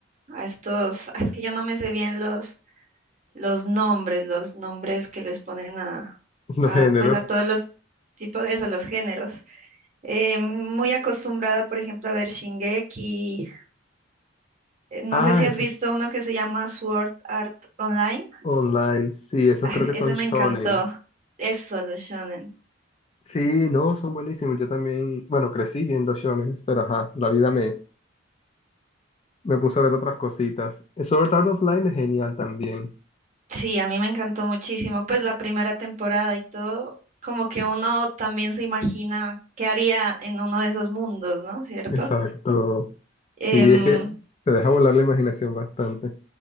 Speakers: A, on the right (about 40°); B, on the left (about 30°).
A: a estos, ah, es que yo no me sé bien los, los nombres, los nombres que les ponen a,
B: <laughs> los
A: a,
B: géneros.
A: pues a todos los tipos de eso, los géneros. Eh, muy acostumbrada, por ejemplo, a ver Shingeki. Eh, No
B: Ah,
A: sé si has
B: esos
A: visto uno que se llama Sword Art Online.
B: online, sí, esos
A: Ah,
B: creo que
A: ese
B: son
A: me
B: shonen.
A: encantó. Es solo shonen.
B: Sí, no, son buenísimos. Yo también, bueno, crecí viendo shonen, pero ajá, la vida me me puse a ver otras cositas. Sword Art Online es genial también.
A: Sí, a mí me encantó muchísimo, pues la primera temporada y todo, como que uno también se imagina qué haría en uno de esos mundos, ¿no? ¿Cierto?
B: Exacto.
A: Em,
B: Sí, es que te deja volar la imaginación bastante.